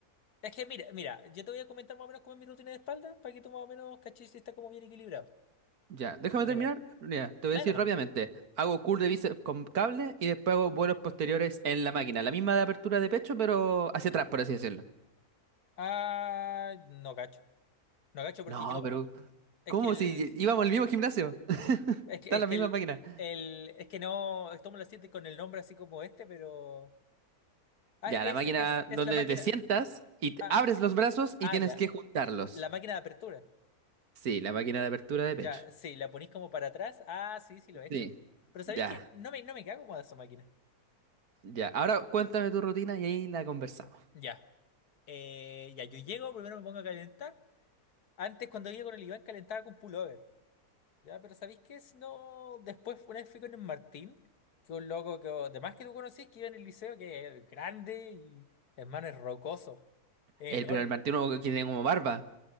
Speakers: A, on the left (about 80°); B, on the right (about 75°).
A: es que mira, mira, yo te voy a comentar más o menos cómo es mi rutina de espalda para que tú más o menos caches si está como bien equilibrado.
B: Ya, déjame
A: Mira,
B: terminar. Mira, te voy
A: dale
B: a decir
A: nomás.
B: rápidamente. Hago curl de bíceps con cable y después hago vuelos posteriores en la máquina. La misma de apertura de pecho, pero hacia atrás, por así decirlo.
A: Ah, no cacho. No cacho porque
B: No,
A: yo,
B: pero
A: ah, es
B: ¿cómo
A: que el,
B: si íbamos al mismo gimnasio? <laughs>
A: es que,
B: Están
A: es
B: las
A: que
B: mismas
A: el,
B: máquinas.
A: el, es que no, esto me lo siento con el nombre así como este, pero... Ah,
B: Ya,
A: es,
B: la máquina
A: es, es
B: donde
A: la máquina.
B: te sientas y te-
A: Ah,
B: abres los brazos
A: ah,
B: y tienes
A: ya.
B: que juntarlos.
A: La máquina de apertura.
B: Sí, la máquina de apertura de
A: Ya,
B: pecho.
A: sí, la ponís como para atrás. Ah, sí, sí, lo he hecho.
B: Sí,
A: Pero ¿sabéis
B: ya,
A: que No me, no me queda cómoda esa máquina.
B: ya. Ahora cuéntame tu rutina y ahí la conversamos.
A: Ya. Eh, ya, yo llego, primero me pongo a calentar. Antes, cuando iba con el Iván, calentaba con pullover. Ya, pero ¿sabéis qué es? No. Después, una vez fui con el Martín, que es un loco que, además que tú conocís, que iba en el liceo, que es grande y, hermano, es rocoso. Es
B: El,
A: enorme.
B: pero el Martino que tenía como barba.